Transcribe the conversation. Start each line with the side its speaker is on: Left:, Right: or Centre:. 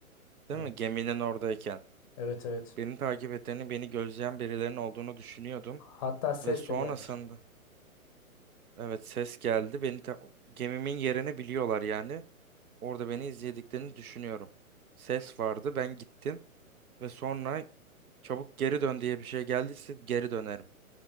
Right: Değil
Left: Evet.
Right: mi? Geminin oradayken.
Left: Evet evet.
Right: Beni takip ettiğini, beni gözleyen birilerinin olduğunu düşünüyordum.
Left: Hatta ses
Right: Ve sonrasında
Left: de gelmişti.
Right: evet ses geldi. Beni ta- gemimin yerini biliyorlar yani. Orada beni izlediklerini düşünüyorum. Ses vardı. Ben gittim ve sonra çabuk geri dön diye bir şey geldiyse geri dönerim.